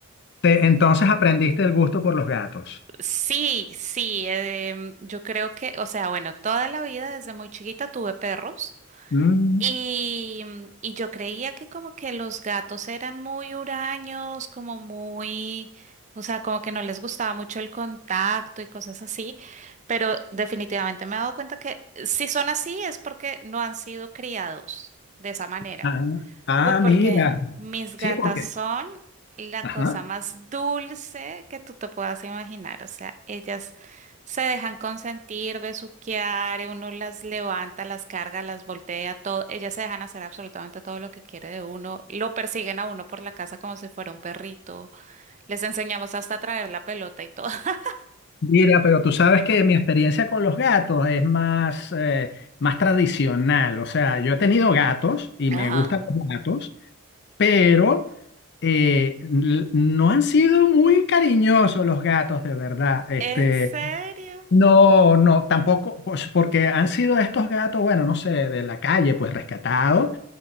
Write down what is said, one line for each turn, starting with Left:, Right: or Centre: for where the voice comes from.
Left: te- entonces aprendiste el gusto por los gatos.
Right: Sí, sí, em, yo creo que, o sea, bueno, toda la vida desde muy chiquita tuve perros.
Left: Mm,
Right: Y, y yo creía que como que los gatos eran muy huraños, como muy, o sea, como que no les gustaba mucho el contacto y cosas así, pero definitivamente me he dado cuenta que si son así es porque no han sido criados de esa manera.
Left: ah, ah,
Right: Uy, porque
Left: mira.
Right: mis
Left: Sí,
Right: gatas
Left: porque.
Right: son la
Left: Ajá.
Right: cosa más dulce que tú te puedas imaginar. O sea, ellas se dejan consentir, besuquear, eh, uno las levanta, las carga, las voltea, todo. Ellas se dejan hacer absolutamente todo lo que quiere de uno. Lo persiguen a uno por la casa como si fuera un perrito. Les enseñamos hasta a traer la pelota y todo. <laughs>
Left: Mira, pero tú sabes que mi experiencia con los gatos es más, eh, más tradicional. O sea, yo he tenido gatos y
Right: Ajá.
Left: me gustan los gatos, pero eh, n- no han sido muy cariñosos los gatos, de verdad. Este,
Right: ¿En serio?
Left: no, no, tampoco, pues, porque han sido estos gatos, bueno, no sé, de la calle, pues rescatados.